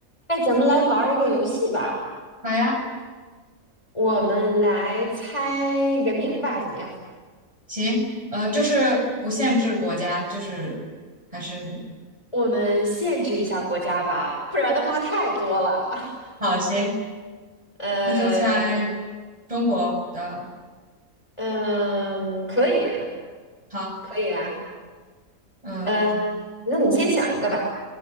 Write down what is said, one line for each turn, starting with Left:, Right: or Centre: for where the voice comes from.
Left: 哎，咱们来玩儿一个游戏吧，
Right: 好呀，
Left: 我们来猜人名吧，怎么样？
Right: 行，呃，就是不限制国家，就是还是
Left: 我们限制一下国家吧，不然的话太多了。<laughs>
Right: 好，行，
Left: 呃，
Right: 那就猜中国的。
Left: 嗯，可以，
Right: 好，
Left: 可以啊。
Right: 嗯
Left: 嗯、那你先想一个吧。